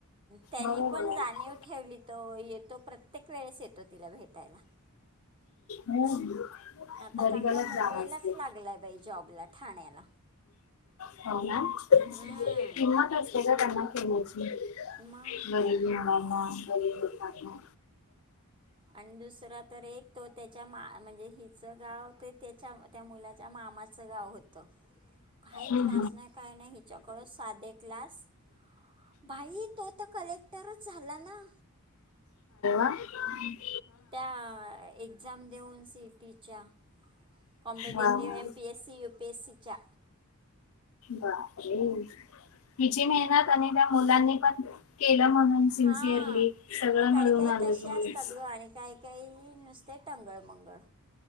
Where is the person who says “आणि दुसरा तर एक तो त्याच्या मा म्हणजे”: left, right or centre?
Right